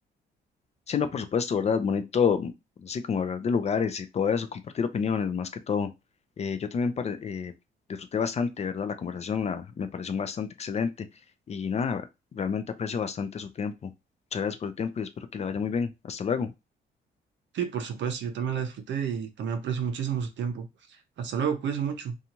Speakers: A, on the left; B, on the right.
A: Sí, no, por supuesto, ¿verdad? Bonito, así como hablar de lugares y todo eso, compartir opiniones más que todo. Eh, yo también pare- eh, disfruté bastante, ¿verdad? La conversación la, me pareció bastante excelente y nada, realmente aprecio bastante su tiempo. Muchas gracias por el tiempo y espero que le vaya muy bien. Hasta luego.
B: Sí, por supuesto, yo también la disfruté y también aprecio muchísimo su tiempo. Hasta luego, cuídense mucho.